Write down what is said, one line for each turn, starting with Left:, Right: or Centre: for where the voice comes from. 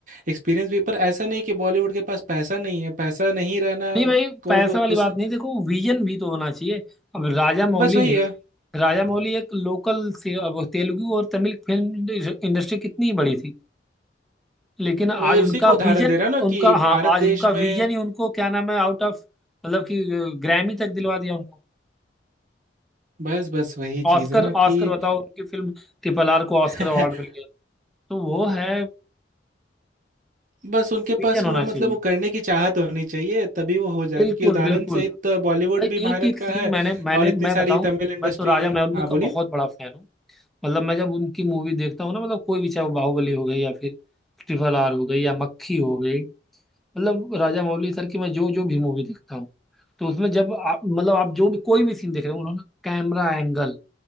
Right: एक्सपीरियंस भी पर ऐसा नहीं कि बॉलीवुड के पास पैसा नहीं है पैसा नहीं रहना
Centre: नहीं भाई
Right: को
Centre: पैसा
Right: अब
Centre: वाली
Right: उस
Centre: बात नहीं देखो विजन भी तो होना चाहिए अब राजा मौली
Right: बस वही
Centre: ने
Right: है
Centre: राजा मौली एक लोकल से अब तेलुगु और तमिल फिल्म इंडस्ट्री कितनी बड़ी थी लेकिन आज
Right: वही उसी
Centre: उनका
Right: का उदाहरण
Centre: विजन
Right: दे रहा हूं ना
Centre: उनका
Right: कि
Centre: हाँ
Right: भारत देश
Centre: आज उनका
Right: में
Centre: विजन ही उनको क्या नाम है आउट ऑफ मतलब कि ग्रैमी तक दिलवा दिया उनको
Right: बस बस वही चीज
Centre: ऑस्कर
Right: है ना कि
Centre: ऑस्कर बताओ उनकी फिल्म ट्रिपल आर को
Right: <laughs>
Centre: ऑस्कर अवार्ड मिल गया तो वो है
Right: बस उनके पास
Centre: विजन होना
Right: वो मतलब
Centre: चाहिए
Right: वो करने की चाहत होनी चाहिए तभी वो हो जाएगी
Centre: बिल्कुल
Right: क्योंकि उदाहरण
Centre: बिल्कुल
Right: सहित बॉलीवुड
Centre: भाई
Right: भी भारत
Centre: एक एक
Right: का
Centre: सीन
Right: है
Centre: मैंने मैंने
Right: और इतनी
Centre: मैं
Right: सारी
Centre: बताऊं
Right: तमिल इंडस्ट्री
Centre: मैं तो राजा मौली
Right: हाँ
Centre: का
Right: बोलिए
Centre: बहुत बड़ा फैन हूँ मतलब मैं जब उनकी मूवी देखता हूँ ना मतलब कोई भी चाहे वो बाहुबली हो गई या फिर ट्रिपल आर हो गई या मक्खी हो गई मतलब राजा मौली सर की मैं जो जो भी मूवी देखता हूँ तो उसमें जब आप मतलब आप जो भी कोई भी सीन देख रहे हो उन्होंने कैमरा एंगल